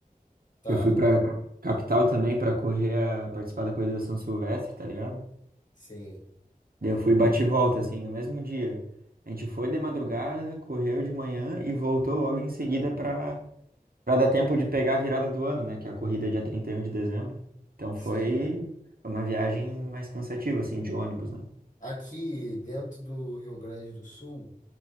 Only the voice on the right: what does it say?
Já fui pra ca- capital também para correr, a, participar da corrida da São Silvestre, tá ligado?
Daí Eu fui bate e volta, assim, no mesmo dia. A gente foi de madrugada, correu de manhã e voltou logo em seguida para para dar tempo de pegar a virada do ano, né? Que é a corrida é dia 31 de dezembro. Então
foi uma viagem mais cansativa, assim, de ônibus, né?